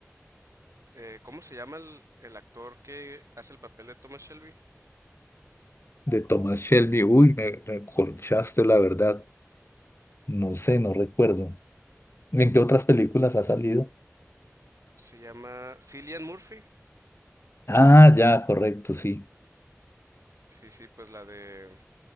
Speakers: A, on the right; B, on the left.
A: eh, ¿cómo se llama el, el actor que hace el papel de Thomas Shelby?
B: de Thomas Shelby. Uy, me, me colchaste la verdad. No sé, no recuerdo. ¿En qué otras películas ha salido?
A: Se llama Cillian Murphy.
B: Ah, ya, correcto, sí.
A: Sí, sí, pues la de